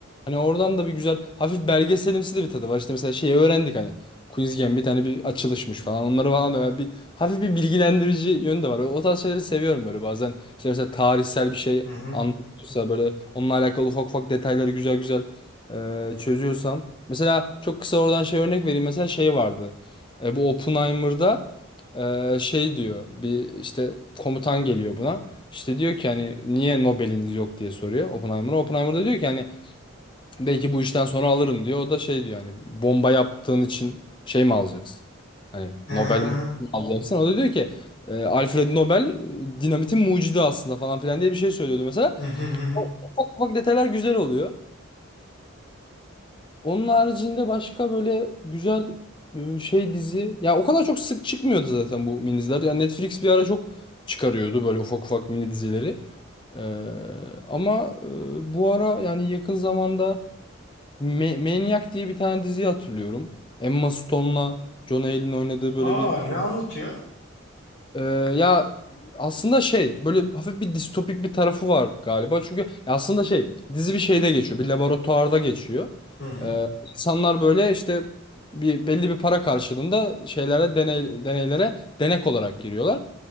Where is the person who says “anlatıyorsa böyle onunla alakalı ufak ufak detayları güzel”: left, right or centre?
Left